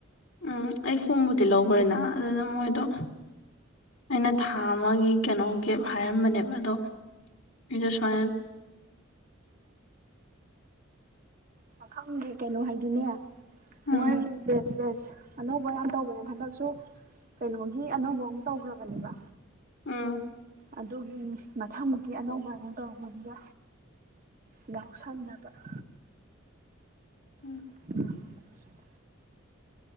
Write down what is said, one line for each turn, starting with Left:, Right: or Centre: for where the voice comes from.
Left: ꯎꯝ ꯑꯩ ꯐꯣꯝꯕꯨꯗꯤ ꯂꯧꯈ꯭ꯔꯦꯅ ꯑꯗꯨꯅ ꯃꯣꯏꯗꯣ ꯑꯩꯅ ꯊꯥ ꯑꯃꯒꯤ ꯀꯩꯅꯣ ꯀꯦꯞ ꯍꯥꯏꯔꯝꯕꯅꯦꯕ ꯑꯗꯣ ꯑꯩꯗꯣ ꯁꯨꯃꯥꯏꯅ
Right: ꯃꯈꯥꯪꯗꯦ ꯀꯩꯅꯣ ꯍꯥꯏꯗꯤꯅꯦ
Left: ꯎꯝ
Right: ꯃꯣꯏ ꯕꯦꯁ ꯑꯅꯧꯕ ꯌꯥꯝ ꯇꯧꯕꯅꯦ ꯍꯟꯗꯛꯁꯨ ꯀꯩꯅꯣꯒꯤ ꯑꯅꯧꯕ ꯑꯃ ꯇꯧꯈ꯭ꯔꯕꯅꯦꯕ
Left: ꯑꯥ <unintelligible> <inaudible>
Right: ꯑꯗꯨ ꯃꯊꯪꯃꯨꯛꯀꯤ ꯑꯅꯧꯕ ꯑ ꯑꯣꯏꯅ ꯇꯧꯔꯛꯄꯗꯨꯗ ꯅꯥꯎꯁꯝꯅꯕ <inaudible>
Left: ꯎꯝ <unintelligible> <inaudible>
Right: <unintelligible> <inaudible>